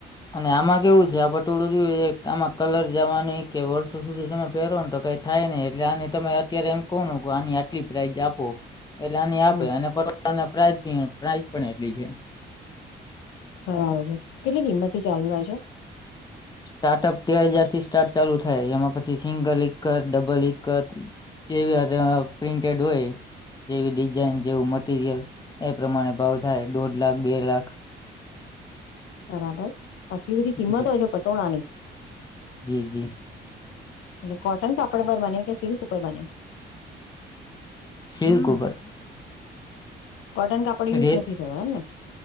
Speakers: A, on the left; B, on the left.
A: અને આમાં કેવું છે આ પટોળું રીહ્યું એક આમાં કલર જાવાની કે વર્ષો સુધી તમે પેરો ને તો કાંઈક થાય ને, એટલે આની તમે અત્યારે એમ કઉ ને કે આની આટલી પ્રાઈઝ આપો. એટલે આની આપે,
B: હમ
A: અને પટોળા ને પ્રાઈઝની ઓય પ્રાઇઝ પણ એટલી છે.
B: બરાબર છે, કેટલી કિંમતથી ચાલુ થાય છે?
A: સ્ટાર્ટઅપ તે હજારથી સ્ટાર્ટ ચાલુ થાય, એમાં પછી સિંગલ એક જ, ડબલ એક જ. જેવી આ તેમાં પ્રિન્ટેડ ઓય જેવી ડિઝાઇન, જેવું મટીરિયલ એ પ્રમાણે ભાવ થાય, દોઢ લાખ, બે લાખ
B: બરાબર, આટલી બધી કિંમત
A: જી
B: હોય છે પટોળાની?
A: જી, જી,
B: અને કોટન કાપડ પર બને કે સિલ્ક ઉપર બને?
A: સિલ્ક ઉપર.
B: કોટન કાપડ યુઝ
A: રે
B: નથી થયો એમ ને?